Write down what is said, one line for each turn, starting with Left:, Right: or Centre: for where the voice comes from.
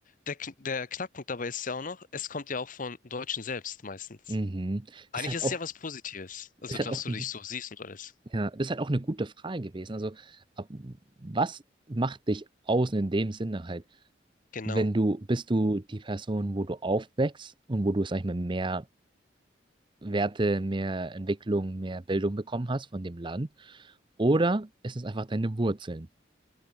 Left: der, Kn- der Knackpunkt dabei ist ja auch noch, es kommt ja auch von Deutschen selbst meistens.
Right: mhm.
Left: Eigentlich
Right: Das ist halt
Left: ist
Right: auch
Left: es ja was Positives. Also,
Right: Ist
Left: dass
Right: halt auch,
Left: du
Right: n-
Left: dich so siehst und alles.
Right: ja, ist halt auch eine gute Frage gewesen. Also, ab, was macht dich aus in dem Sinne halt?
Left: Genau,
Right: Wenn du, bist du die Person, wo du aufwächst und wo du, sag ich mal, mehr Werte, mehr Entwicklung, mehr Bildung bekommen hast von dem Land? Oder ist es einfach deine Wurzeln?